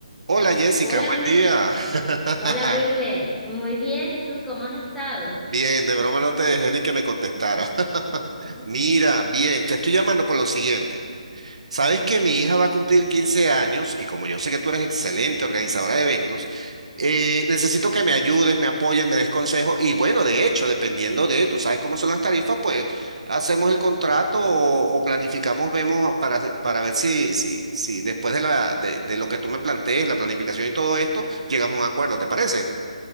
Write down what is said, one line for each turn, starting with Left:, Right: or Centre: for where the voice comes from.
Right: Hola Jessica,
Centre: Hola
Right: buen
Centre: Will,
Right: día.
Centre: <laughs>
Right: <laughs>
Centre: hola Wilmer, muy bien, ¿y tú cómo has estado?
Right: Bien, de broma no te dejé ni que me contestara.
Centre: <laughs>
Right: <laughs> Mira, bien, te estoy llamando por lo siguiente. Sabes que mi hija va a cumplir 15 años y como yo sé que tú eres excelente organizadora de eventos, eh, necesito que me ayudes, me apoyes, me des consejos y bueno, de hecho, dependiendo de, tú sabes cómo son las tarifas, pues hacemos el contrato o, o planificamos, vemos para, hacer- para ver si, si, si después de, la, de, de lo que tú me plantees, la planificación y todo esto, llegamos a un acuerdo, ¿te parece?